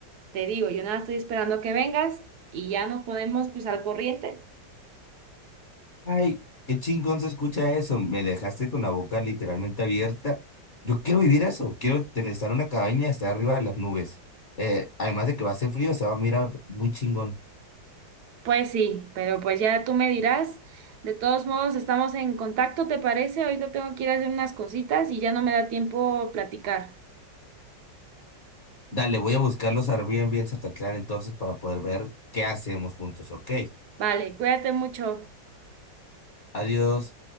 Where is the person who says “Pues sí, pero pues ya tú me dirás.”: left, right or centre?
Right